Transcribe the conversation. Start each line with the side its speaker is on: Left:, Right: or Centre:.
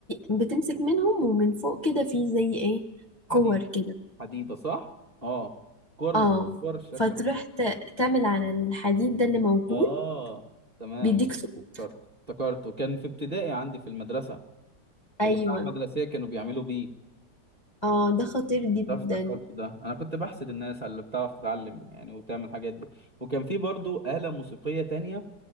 Left: بتمسك منهم ومن فوق كده في زي ايه كور
Right: حديدة
Left: كده
Right: حديدة صح؟ اه كور
Left: اه
Right: كور شكلها
Left: فتروح ت- تعمل على الحديد ده اللي موجود
Right: اه تمام
Left: بيديك سقوط
Right: افتكرت افتكرت وكان في ابتدائي عندي في المدرسة
Left: ايوه
Right: في الإذاعة المدرسية كانوا بيعملوا بيه
Left: اه ده خطير جدا
Right: ده افتكرت ده انا كنت بحسد الناس على اللي بتعرف تتعلم يعني وتعمل الحاجات دي وكان في برضو آلة موسيقية تانية